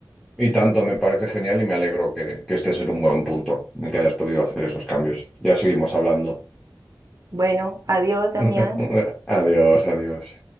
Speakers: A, in the centre; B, on the right.
A: Y tanto, me parece genial y me alegro que, que estés en un buen punto, de que hayas podido hacer esos cambios. Ya seguimos hablando.
B: Bueno, adiós, Damián.
A: <laughs> Adiós, adiós.